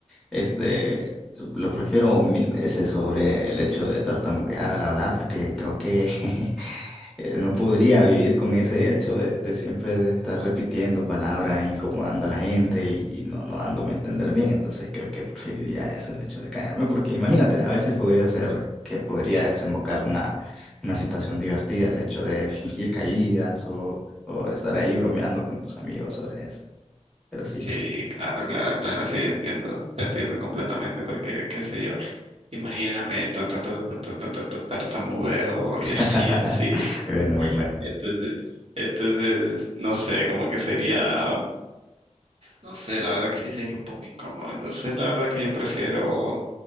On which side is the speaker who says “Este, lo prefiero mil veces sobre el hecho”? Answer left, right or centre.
Centre